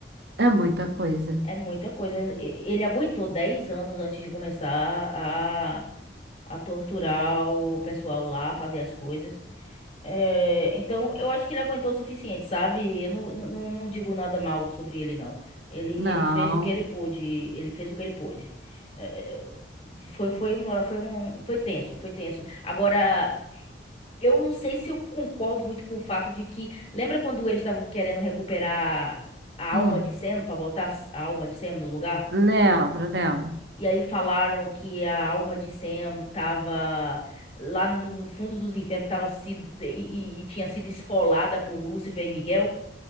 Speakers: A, on the right; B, on the left.
A: É muita coisa.
B: É muita coisa. E- Ele aguentou dez anos antes de começar a, a torturar o pessoal lá, fazer as coisas. É, então, eu acho que ele aguentou o suficiente, sabe? Eu não, não, não não digo nada mal sobre ele, não. Ele,
A: Não.
B: ele fez o que ele pôde. Ele fez o que ele pôde. É, foi, foi uma, foi um, foi tenso, foi tenso. Agora, eu não sei se eu concordo muito com o fato de que. Lembra quando eles estavam querendo recuperar a alma
A: Hum,
B: de Sam pra botar a alma de Sam no lugar?
A: lembro, lembro.
B: E aí falaram que a alma de Sam tava lá no, no fundo dos infernos, tava sido e, e- e tinha sido esfolada por Lúcifer e Miguel.